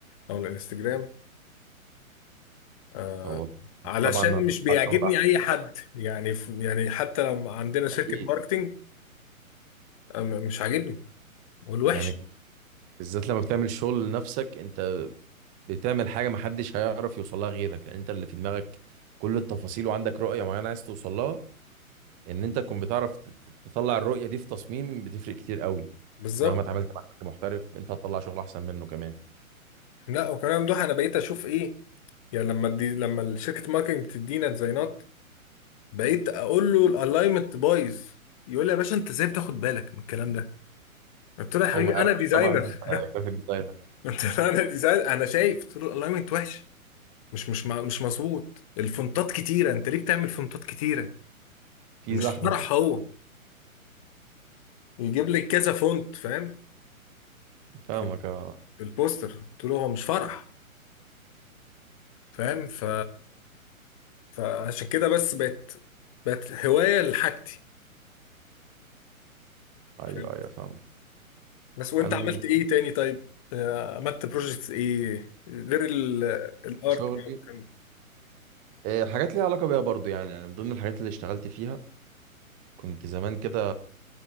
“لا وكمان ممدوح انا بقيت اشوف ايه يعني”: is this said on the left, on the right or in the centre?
Left